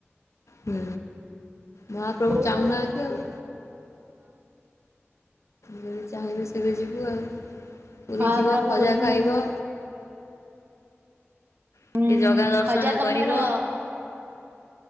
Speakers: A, on the left (about 85°); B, on the right (about 45°).
A: ହୁଁ। ମହାପ୍ରଭୁ
B: ହଁ
A: ଚାହୁଁନାହାନ୍ତି ଆଉ! ଯେବେ ଚାହିଁବେ ସେବେ ଯିବୁ ଆଉ। ପୁରୀ
B: ମହାପ୍ରଭୁ
A: ଯିବା ଖଜା
B: ଯୋଉଦିନ
A: ଖାଇବ। ଟିକେ
B: ହୁଁ
A: ଜଗା ଦର୍ଶନ
B: ଖଜା ତମର
A: କରିବ